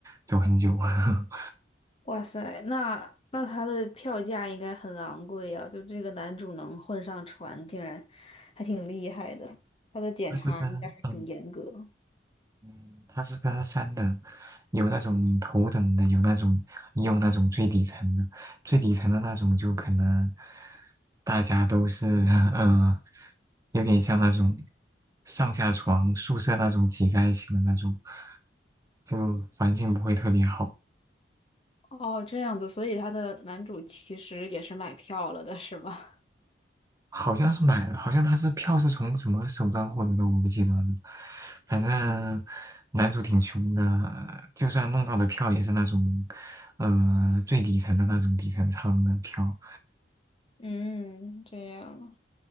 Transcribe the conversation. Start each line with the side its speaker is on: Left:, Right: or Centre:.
Right: 走很久。<laughs>
Left: 哇塞，那那他的票价应该很昂贵呀、就这个男主能混上船，竟然还挺厉害的。他的检查应该还挺严格。
Right: 他是跟嗯嗯，它是分三等，有那种头等的，有那种也有那种最底层的，最底层的那种就可能大家都是 <laughs> 呃，有点像那种上下床宿舍那种挤在一起的那种，就环境不会特别好。
Left: 哦，这样子，所以他的男主其实也是买票了的，是吗？
Right: 好像是买了，好像他是票是从什么手段获得的，我不记得了。反正男主挺穷的，就算弄到的票也是那种，呃，最底层的那种底层舱的票。
Left: <laughs> 嗯，这样。